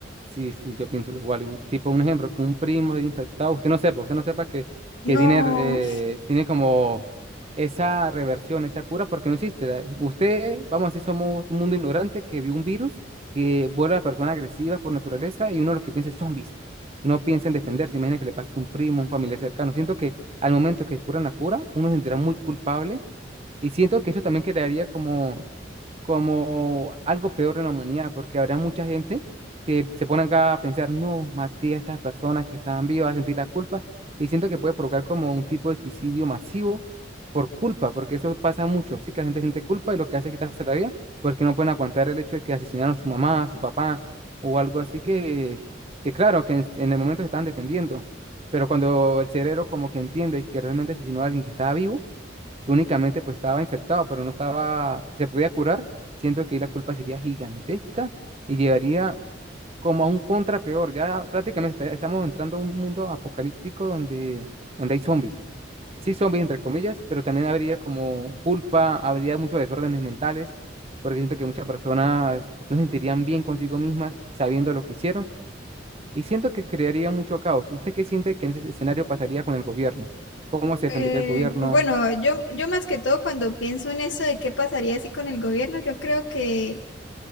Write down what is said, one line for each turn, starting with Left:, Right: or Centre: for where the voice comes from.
Right: Sí, sí, yo pienso lo igual. un- Tipo, un ejemplo, que un primo se haya infectado, usted no sepa, usted no sepa que,
Left: No.
Right: que tiene, eh, tiene como esa reversión, esa cura, porque no existe. la- Usted, vamos a decir, somos un mundo ignorante que vio un virus que vuelve a personas agresivas por naturaleza y uno lo que piensa es zombies. No piensa en defenderse, imagina que le pasa a un primo, un familiar cercano. Siento que al momento que descubran la cura, uno se sentirá muy culpable y siento que eso también crearía como como algo peor en la humanidad, porque habrá mucha gente que se pone acá a pensar, no, maté a estas personas que estaban vivas, a sentir la culpa, y siento que puede provocar como un tipo de suicidio masivo por culpa, porque eso pasa mucho, sí, que la gente siente culpa y lo que hace es quitarse la vida, porque no pueden aguantar el hecho de que asesinaron a su mamá, a su papá, o algo así que, que claro, que en, en el momento se están defendiendo, pero cuando el cerebro como que entiende que realmente asesinó a alguien que estaba vivo, que únicamente pues estaba infectado, pero no estaba, se podía curar, siento que ahí la culpa sería gigantesca y llevaría como a un contra peor. Ya prácticamente está- estamos entrando a un mundo apocalíptico donde, donde hay zombies. Sí, zombies entre comillas, pero también habría como culpa, habría muchos desórdenes mentales, porque siento que muchas personas no se sentirían bien consigo mismas sabiendo lo que hicieron. Y siento que crearía mucho caos. ¿Y usted qué siente que en ese escenario pasaría con el gobierno? ¿Cómo se defendería
Left: Eh,
Right: el gobierno?
Left: bueno, yo, yo más que todo cuando pienso en eso de qué pasaría así con el gobierno, yo creo que,